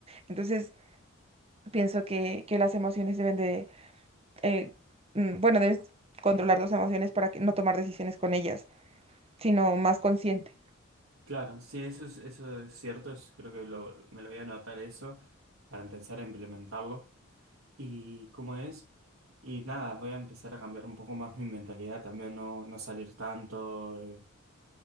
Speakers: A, on the right (about 30°); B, on the right (about 75°).
A: Entonces, Pienso que, que las emociones deben de, eh, mm, bueno, debes controlar tus emociones para que no tomar decisiones con ellas, sino más consciente.
B: Claro, sí, eso es, eso es cierto, es- creo que lo- me lo voy a anotar eso para empezar a implementarlo. Y cómo es, y nada, voy a empezar a cambiar un poco más mi mentalidad, también no, no salir tanto, eh,